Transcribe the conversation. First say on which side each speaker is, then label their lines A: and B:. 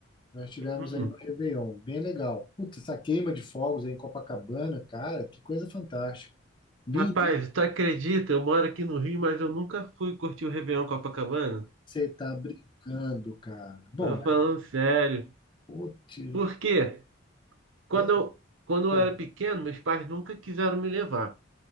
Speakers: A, on the left; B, on the right.
A: Nós tivemos
B: Uhum.
A: aí no Réveillon, bem legal. Putz, essa queima de fogos aí em Copacabana, cara, que coisa fantástica. Linda,
B: Rapaz,
A: né?
B: tu acredita? Eu moro aqui no Rio, mas eu nunca fui curtir o Réveillon Copacabana.
A: você tá brincando, cara. Bom,
B: Tô
A: é,
B: falando sério.
A: putz,
B: Por quê? Quando
A: é,
B: eu, quando
A: ah,
B: eu era pequeno, meus pais nunca quiseram me levar.